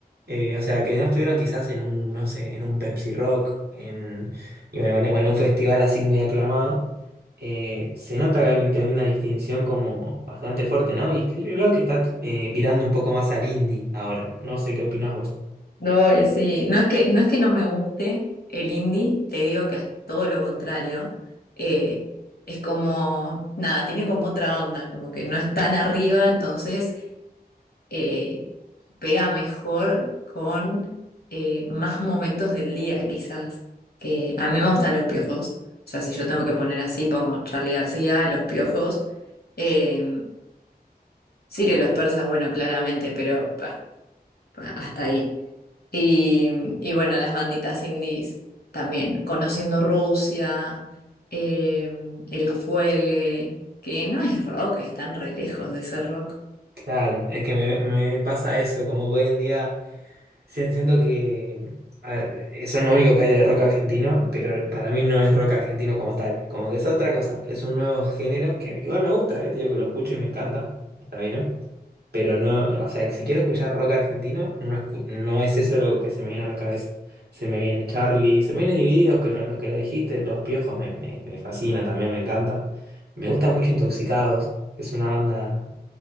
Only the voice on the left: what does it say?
No, y sí, no es que, no es que no me guste el indie, te digo que es todo lo contrario. Eh, es como, nada, tiene como otra onda, como que no es tan arriba, entonces eh, pega mejor con eh, más momentos del día, quizás. Que a mí me gustan los piojos, o sea, si yo tengo que poner así, pongo Charly García, los piojos. Eh, Sirio y los persas, bueno, claramente, pero pa, pa, hasta ahí. Y, y bueno, las banditas indies también, conociendo Rusia, eh, el cuelgue, que no es rock, están re lejos de ser rock.